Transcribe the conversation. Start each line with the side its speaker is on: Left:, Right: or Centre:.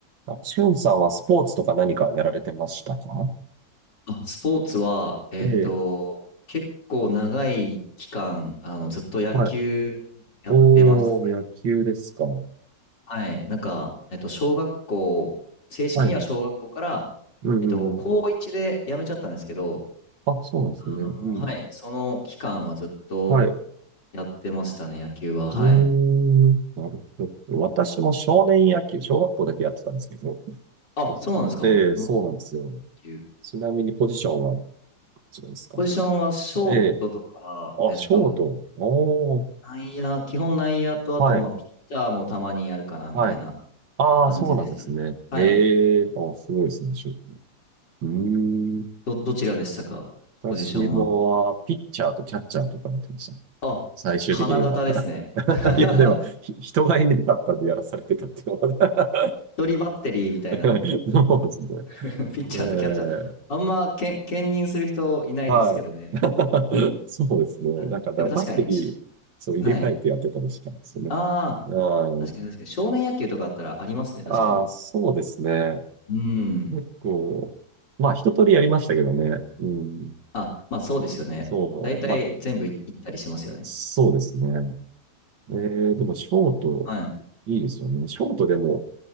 Right: あ、しゅんさんはスポーツとか何かやられてましたか
Left: あ、スポーツは、えっと、
Right: ええ、
Left: 結構長い期間、あの、ずっと野球やってます。
Right: はい、おー、野球ですか。
Left: はい。なんか、えっと、小学校、正式には小学校から、
Right: はい、うんうんうん。
Left: えっと、高1で辞めちゃったんですけど、
Right: あ、そうなんですね。
Left: あの、
Right: うん。
Left: はい。その期間はずっと
Right: はい。う
Left: やってましたね、野球は。はい。
Right: ーん、なるほど。私も少年野球、小学校だけやってたんですけど。
Left: あ、
Right: そうそう。
Left: そうなんですか。同じ
Right: ええ、そうなんですよ。
Left: 野球。
Right: ちなみにポジションは、こちらですか。
Left: ポジションはショートとか、
Right: ええ。あ、
Left: えっと、
Right: ショート。おー。
Left: 内野、基本内野と、あと、
Right: はい。
Left: まあ、ピッチャーもたまにやるかな、みたいな
Right: はい。ああ、
Left: 感じでしたね。
Right: そうなんですね。
Left: はい。
Right: へえ。あ、すごいですね、ショート。うーん。
Left: ど、どちらでしたかポジションは。
Right: 私も、はピッチャーとキャッチャーとかやってましたね。
Left: あ、
Right: 最終的には。
Left: 花形ですね。
Right: <laughs>
Left: <laughs>
Right: いや、でも、ひ人がいなかったんでやらされてたっていうのは
Left: 一人バッテリーみたいな。
Right: <laughs> うんそうですね。
Left: <laughs> ピッチャーとキャッチャー。
Right: ええ
Left: あんまけん、兼任する人いないですけどね。
Right: はい。<laughs> そうですね。
Left: あ、
Right: なんか、だからバッテリー、
Left: でも確かに、し
Right: そう入れ替えてやってたりしたんですよね。
Left: はい。ああ、
Right: うん、
Left: 確かに確かに。少年野球とかあったらありますね、確かに。
Right: ああ、そうですね。
Left: うん。
Right: 結構、まあ、一通りやりましたけどね。うん、
Left: あ、まあそうですよね。
Right: そう、
Left: 大体全部い行ったりしますよね。
Right: まあ、そうですね。えー、でも、ショート、
Left: はい。
Right: いいですよね。ショートでも、